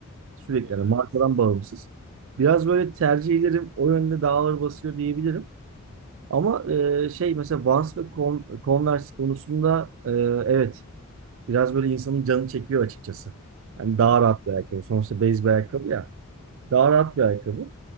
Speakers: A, on the right; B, on the right.
A: Sürekli
B: Helal
A: yani markadan
B: olsun.
A: bağımsız. Biraz böyle tercihlerim o yönde dağları basıyor diyebilirim. Ama e, şey mesela Vans ve Con- Converse konusunda e, evet biraz böyle insanın canı çekiyor açıkçası. Yani daha
B: Hı hı.
A: rahat bir ayakkabı. Sonuçta base bir ayakkabı ya. Daha rahat bir ayakkabı.